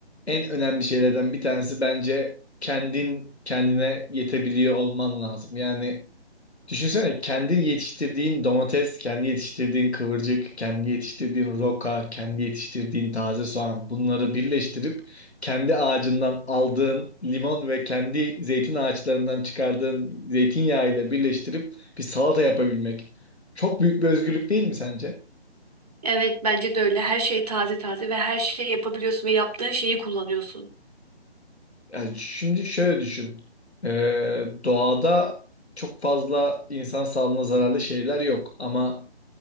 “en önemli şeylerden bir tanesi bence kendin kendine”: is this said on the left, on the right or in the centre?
Left